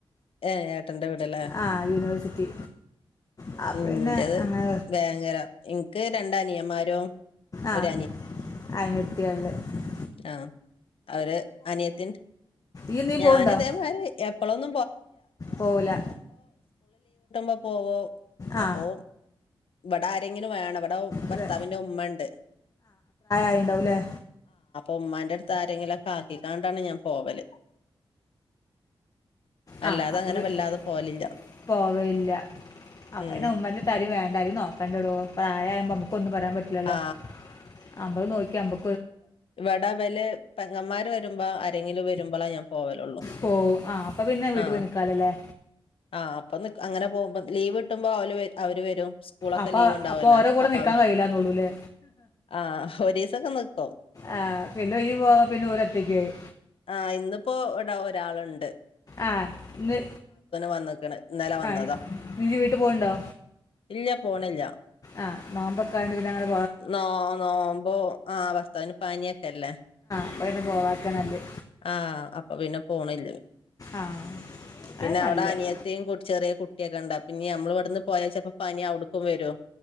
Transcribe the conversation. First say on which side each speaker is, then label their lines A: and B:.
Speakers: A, on the left; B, on the left.
A: ഏ ഏട്ടന്റെ വീട്ടിലാ
B: ആ യൂണിവേഴ്സിറ്റി ആ
A: ഉം
B: പിന്നെ
A: എന്റേത്
B: അങ്ങനെ
A: വേങ്ങര എനിക്ക് രണ്ട് അനിയന്മാരും
B: ആഹ
A: ഒരു
B: ആയിഞ്ഞൂരത്തിൽ <unintelligible>
A: ആഹ് അവര് അനിയത്തിന
B: ഈ നീ
A: ഞാൻ
B: പോകണ്ടോ
A: ഇതേമാതിരി എപ്പോഴും
B: പോവില്ല
A: <inaudible> ഓ
B: ആ
A: അപ്പോ ഇവടെ ആരെങ്കിലും വേണം. ഇവടെ ഭർത്താവിന്റെ
B: ഇത്
A: ഉമ്മണ്ട്.
B: ആയിണ്ടാവുല്ലേ?
A: ഉമ്മാന്റെ അടുത്ത് ആരെങ്കിലൊക്കെ ആക്കിക്കാണ്ടാണ് ഞാൻ പോവല്. അല്ലാതെ
B: ആ അപ്പ
A: അങ്ങനെ വല്ലാതെ പോവലില്ല
B: <inaudible> പോവയില്ല. അപ്പ
A: ഉം
B: പിന്നേ ഉമ്മാന്റെ തരി വേ എന്തായാലും നോക്കാണ്ടടോ. പ്രായം ആയ നമുക്ക് ഒന്നും പറയാൻ പറ്റൂല്ലല്ലോ.
A: ആ
B: നമ്മൾ നോക്യാ നമ്മ
A: ഇവടെവല് പെങ്ങന്മാര് വരുമ്പോ അരെങ്കിലും വരുമ്പളാ ഞാൻ പോവലുള്ളൂ
B: പോവും ആ അപ്പ പിന്നെ വീട്ട്പ്പോയി
A: ആ
B: നിൽക്കാലോല്ലേ?
A: ആ അപ്പ നിക് അങ്ങനെ പോവുമ്പോ. ലീവ്ട്ടുമ്പോ അവല് അവര് വരും സ്കൂളൊക്കെ
B: അപ്പ
A: ലീവ് ഉണ്ടാവുമല്ലോ
B: അപ്പ ഓരകൂടെ
A: അപ്പൊ
B: നിക്കാൻ
A: അവർ
B: കഴയില്ലന്നള്ളൂലേ?
A: ആ ഒരു ദിവസമൊക്കെ നിക്കും
B: ആ പിന്നെ ഈ പോവാ പിന്നെ ഓരൊറ്റയ്ക്ക് ആയി.
A: ആ ഇന്നിപ്പോ വടെ ഒരാള്ണ്ട്.
B: ആ ഇന്ന്
A: വന്ന്ക്ക്ണ് ഇന്നലെ വന്നതാ
B: ആ ഇജ്ജ് വീട്ടു പോണുണ്ടോ
A: ഇല്ല പോണില്ല.
B: ആ നാമ്പൊക്കായോണ്ട് പിന്നെ അങ്ങട്
A: നോ നോമ്പോ ആ ഭർത്താവിന് പനിയൊക്കെല്ലേ?
B: അപ്പ പിന്നേ പോവാക്ക നല്ല്
A: ആ അപ്പ പിന്നെ പോണില്ല.
B: ആ
A: പിന്ന
B: അത് നല്ലത്
A: അവടെ അനിയത്തിം കൂ ചെറിയ കുട്ടിയക്കേണ്ട്. പിന്നെ നമ്മളിവിടുന്ന് പോയാ ചെലപ്പോ പനി അവിടുക്കും വരോ?